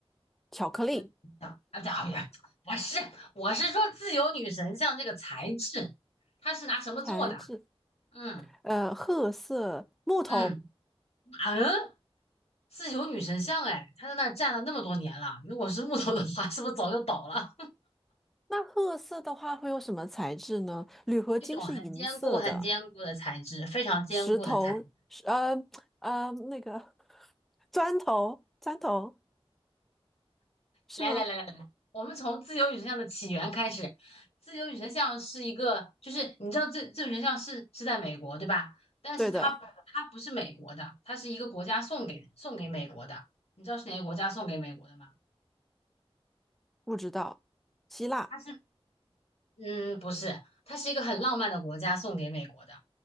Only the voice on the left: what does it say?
就由女神像，啊不对啊不对我是我是说自由女神像这个材质，它是拿什么做的？
嗯。
嗯，马人自由女神像，哎，他在那儿站了那么多年了。如果是木头的话，是不是早就倒了？
<laughs> 这种很坚固、很坚固的材质，非常坚固的材质
来来来来来，我们从自由女神像的起源开始。自由女神像是一个，就是你知道自自由女神像是是在美国对吧？但是它不它不是美国的，
它是一个国家送给送给美国的。你知道是哪个国家送给美国的吗？
它是嗯，不是，它是一个很浪漫的国家送给美国的。